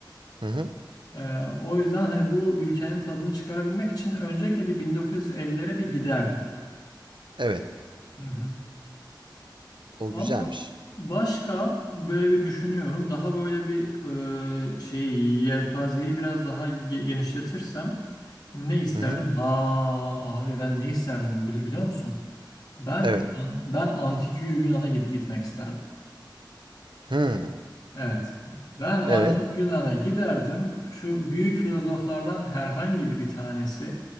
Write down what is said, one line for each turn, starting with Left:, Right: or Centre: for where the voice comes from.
Right: Hı hı.
Left: Ee, o yüzden hani bu ülkenin tadını çıkarabilmek için öncelikle bir 1950'lere bir giderdim.
Right: Evet.
Left: Hı hı.
Right: O
Left: Ama
Right: güzelmiş.
Left: başka böyle bir düşünüyorum. Daha böyle bir e, şey yelpazeyi biraz daha ge- genişletirsem ne isterdim?
Right: Hı hı.
Left: Ha abi ben ne isterdim bili- biliyor musun? Ben
Right: Evet.
Left: ben antik Yunan'a git- gitmek isterdim.
Right: Hı.
Left: Evet. Ben antik
Right: Evet.
Left: Yunan'a giderdim. Şu büyük filozoflardan herhangi bir bir tanesi